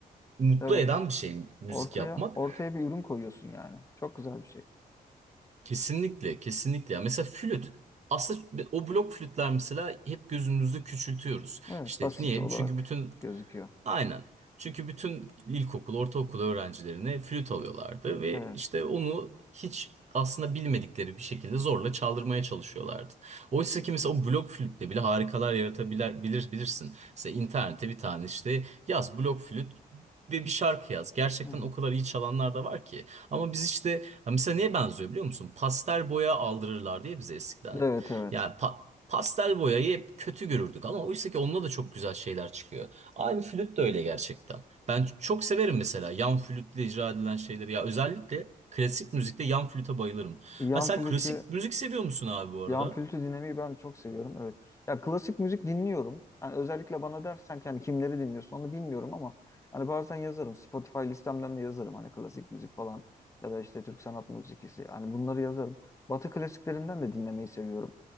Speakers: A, on the right; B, on the left.
A: mutlu
B: Evet.
A: eden bir şey müzik
B: Ortaya
A: yapmak.
B: ortaya bir ürün koyuyorsun yani. Çok güzel bir şey.
A: Kesinlikle, kesinlikle. Ya Mesela flüt. Aslında o blok flütler mesela hep gözümüzde küçültüyoruz.
B: Evet,
A: İşte
B: basit
A: niye?
B: olarak
A: Çünkü bütün
B: gözüküyor.
A: Aynen. Çünkü bütün ilkokul, ortaokul öğrencilerine flüt alıyorlardı ve
B: Evet.
A: işte onu hiç aslında bilmedikleri bir şekilde zorla çaldırmaya çalışıyorlardı. Oysa ki mesela o blok flütle bile harikalar yaratabilir bilir, bilirsin. Mesela internete bir tane işte yaz blok flüt ve bir şarkı yaz. Gerçekten
B: Hı hı.
A: o kadar iyi çalanlar da var ki. Ama biz işte ya mesela neye benziyor biliyor musun? Pastel boya aldırırlar diye bize eskiden.
B: Evet,
A: hep.
B: evet.
A: Yani pa- pastel boyayı hep kötü görürdük ama oysa ki onunla da çok güzel şeyler çıkıyor. Abi flüt de öyle gerçekten. Ben çok severim mesela yan flütle icra edilen şeyleri. Ya özellikle klasik müzikte yan flüte bayılırım.
B: Yan
A: Ha sen
B: flütü
A: klasik müzik seviyor musun abi bu arada?
B: Yan flütü dinlemeyi ben çok seviyorum. Evet. Ya klasik müzik dinliyorum. Yani özellikle bana dersen ki hani kimleri dinliyorsun onu bilmiyorum ama hani bazen yazarım. Spotify listemden de yazarım hani klasik müzik falan ya da işte Türk sanat müziği Hani bunları yazarım. Batı klasiklerinden de dinlemeyi seviyorum.